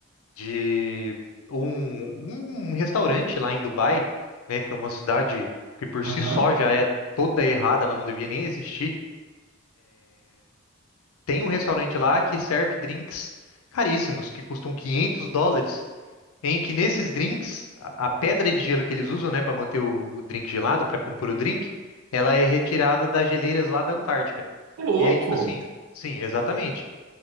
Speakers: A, on the left; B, on the right.
A: de um, um restaurante lá em Dubai, né? Que é uma cidade que por
B: aham.
A: si só já é toda errada, ela não devia nem existir. Tem um restaurante lá que serve drinks caríssimos, que custam 500 dólares, em que nesses drinks, a a pedra de gelo que eles usam, né, para manter o o drink gelado, para compor o drink, ela é retirada das geleiras lá da Antártica.
B: Ô, Louco!
A: E aí, tipo assim, sim, exatamente.